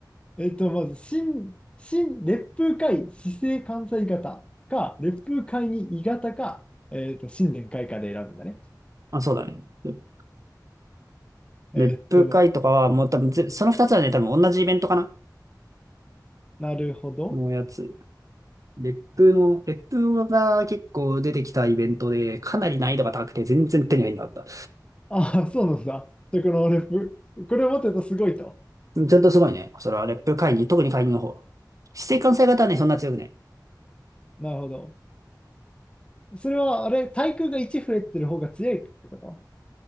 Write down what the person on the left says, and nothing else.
えっと、まず、新、新、烈風会、市政関西型か、烈風会に異型か、えっと、新年開花で選ぶんだね。
えっと、
なるほど。
ああ、そうなんだ。で、この烈風、これを持ってるとすごいと。
なるほど。それは、あれ、対空が1増えてる方が強いってこと